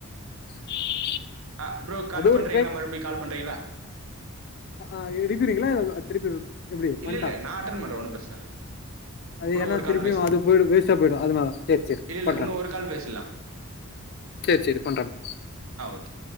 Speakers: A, on the left; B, on the right.
A: <inaudible>
B: ஆஹ் ப்ரோ கட்
A: அது
B: பண்றீங்களா
A: ஒரு
B: மறுபடி கால் பண்றீங்களா
A: ஆஹ் எடுக்குறீங்களா அத திருப்பி எப்புடி
B: இல்ல
A: பண்டா
B: இல்ல நான் அட்டன் பண்றேன் ஒன்றும் பிரச்சனை இல்ல
A: அது
B: இன்னும்
A: என்ன
B: ஒரு
A: திருப்பியும்
B: கால் பேசுவோம்
A: அது போய் வேஸ்டா போயிடும் அதுான் சேரி சேரி
B: இல்ல இல்ல
A: பண்றேன்
B: இன்னும் ஒரு கால் பேசலாம்
A: சேரி சேரி பண்றேன்
B: ஆ ஓகே